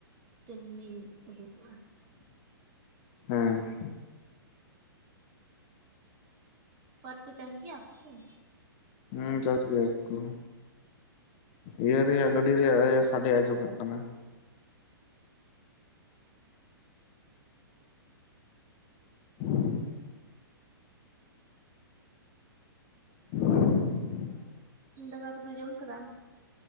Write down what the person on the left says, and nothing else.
ᱦᱮᱸ
ᱦᱮᱸ ᱪᱟᱥ ᱜᱮᱭᱟ ᱠᱚ ᱤᱭᱟᱹ ᱨᱮᱭᱟᱜ ᱜᱟᱹᱰᱤ ᱨᱮᱭᱟᱜ ᱥᱟᱰᱤ ᱟᱸᱡᱚᱢᱚᱜ ᱠᱟᱱᱟ᱾ <inaudible> <inaudible>